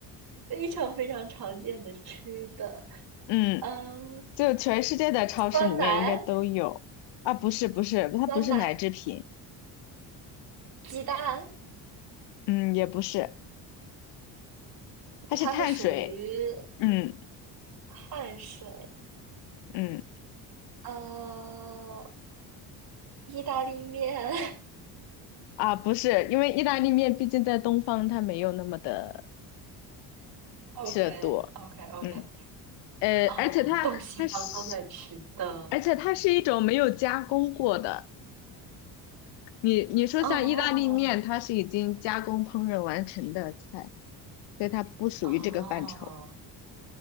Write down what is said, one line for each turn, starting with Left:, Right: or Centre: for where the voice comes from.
Right: 非常非常常见的吃的，
Left: 嗯。
Right: 嗯、
Left: 就全世界的超市里面应该都有啊，
Right: 酸奶、
Left: 不是不是，它不是奶制品，
Right: 酸奶、鸡蛋，
Left: 嗯，也不是，它是碳水，
Right: 那它是属于
Left: 嗯
Right: 碳水，
Left: 嗯
Right: 呃，意大利面
Left: 啊，不是，因为意大利面毕竟在东方它没有那么的
Right: o
Left: 吃的多，
Right: k o k o
Left: 嗯
Right: k <laughs>
Left: 呃，
Right: 啊，
Left: 而且它它是，
Right: 东西方都在吃的，
Left: 而且它是一种没有加工过的，你你说像意大利面，
Right: 哦
Left: 它是已经加工烹饪完成的菜，所以它不属于这个范畴，
Right: 哦哦。